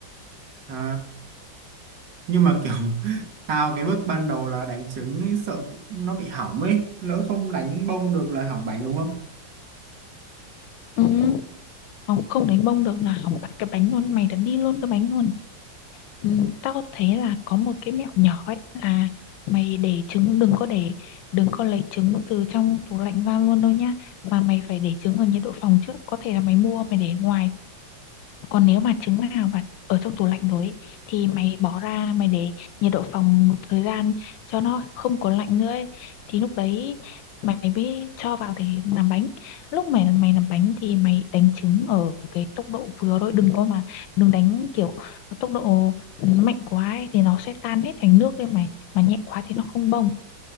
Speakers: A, on the right; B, on the left.
A: À, nhưng mà kiểu <laughs> tao cái bước ban đầu là đánh trứng ấy, sợ nó bị hỏng ấy, lỡ không đánh bông được là hỏng bánh đúng không?
B: Ừ. học không đánh bông được là học tắt cái bánh luôn mày đặt đi luôn cái bánh luôn ừ, tao thấy là có một cái mẹo nhỏ ấy là mày để trứng đừng có để đừng có lấy trứng từ trong tủ lạnh ra luôn đâu nhá mà mày phải để trứng ở nhiệt độ phòng trước có thể là mày mua mày để ngoài còn nếu mà trứng nào mà ở trong tủ lạnh rồi ấy, thì mày bỏ ra mày để nhiệt độ phòng một thời gian cho nó không có lạnh nữa ấy. thì lúc đấy mày mới cho vào để làm bánh lúc mày mày làm bánh thì mày đánh trứng ở cái tốc độ vừa thôi đừng có mà đừng đánh kiểu tốc độ mạnh quá ấy, thì nó sẽ tan hết thành nước lên mày mà nhẹ quá thì nó không bông